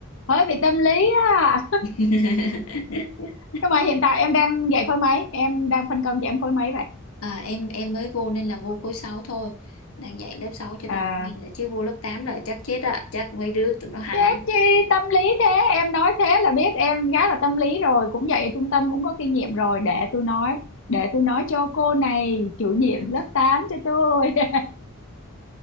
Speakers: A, on the left; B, on the left.
A: hơi bị tâm lý á
B: <laughs>
A: nhưng mà hiện tại em đang dạy khối mấy em đang phân công cho em khối mấy vậy
B: À, em em mới vô nên là vô khối 6 thôi đang dạy lớp 6 cho
A: À,
B: làm quen đã chứ vô lớp 8 là chắc chết ạ chắc mấy đứa tụi nó hành
A: chết
B: lắm
A: chi tâm lý thế em nói thế là biết em gái là tâm lý rồi cũng vậy ở trung tâm cũng có kinh nghiệm rồi để tôi nói để tôi nói cho cô này chủ nhiệm
B: <laughs>
A: lớp 8 cho tôi <laughs>